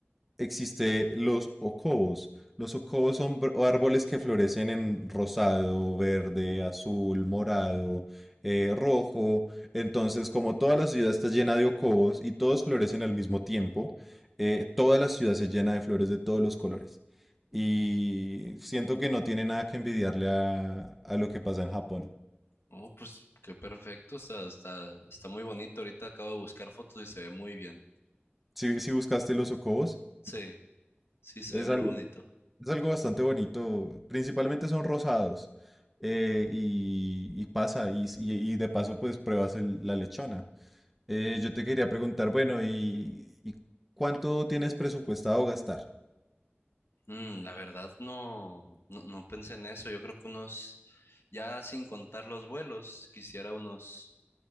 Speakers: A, in the centre; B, on the left.
A: existe los ocobos. Los ocobos son br- árboles que florecen en rosado, verde, azul, morado, eh, rojo. Entonces, como toda la ciudad está llena de ocobos y todos florecen al mismo tiempo, eh, toda la ciudad se llena de flores de todos los colores. Y siento que no tiene nada que envidiarle a, a lo que pasa en Japón.
B: Oh, pues qué perfecto, está, está, está muy bonito. Ahorita acabo de buscar fotos y se ve muy bien.
A: Si, si buscaste los ocobos,
B: Sí, sí, se
A: es
B: ve muy
A: algo
B: bonito.
A: Es algo bastante bonito. Principalmente son rosados. eh, y, y pasa, y, y- y de paso, pues pruebas el- la lechona. Eh, yo te quería preguntar, bueno, y, y cuánto tienes presupuestado gastar?
B: Mm, la verdad no, no, no pensé en eso. Yo creo que unos, ya sin contar los vuelos, quisiera unos